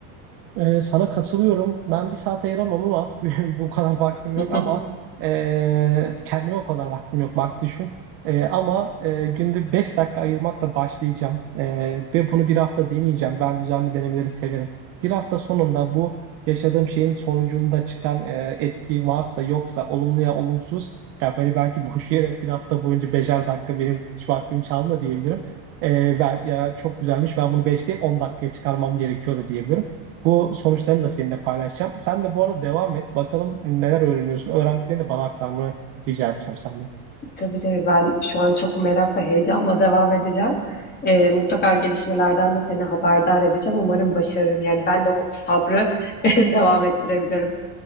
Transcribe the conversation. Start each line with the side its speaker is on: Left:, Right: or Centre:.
Right: Ee, sana katılıyorum. Ben bir saat ayıramam ama <laughs> bu kadar vaktim
Left: <laughs>
Right: yok ama ee, kendime o kadar vaktim yok bak düşün. Ee, ama ee, günde 5 dakika ayırmakla başlayacağım. Ee, ve bunu bir hafta deneyeceğim. Ben düzenli denemeleri severim. Bir hafta sonunda bu yaşadığım şeyin sonucunda çıkan ee, etki varsa yoksa olumlu ya olumsuz ya beni belki boş yere bir hafta boyunca beşer dakika benim hiç vaktim çaldı da diyebilirim. Ee, ben, ya çok güzelmiş ben bunu 5 değil 10 dakikaya çıkarmam gerekiyor da diyebilirim. Bu sonuçlarını da seninle paylaşacağım. Sen de bu arada devam et. Bakalım neler öğreniyorsun. Öğrendiklerini de bana aktarmanı rica edeceğim senden.
Left: Tabii tabii ben şu an çok merakla, heyecanla devam edeceğim. Ee, mutlaka gelişmelerden de seni haberdar edeceğim. Umarım başarırım. Yani ben de o sabrı <laughs> devam ettirebilirim.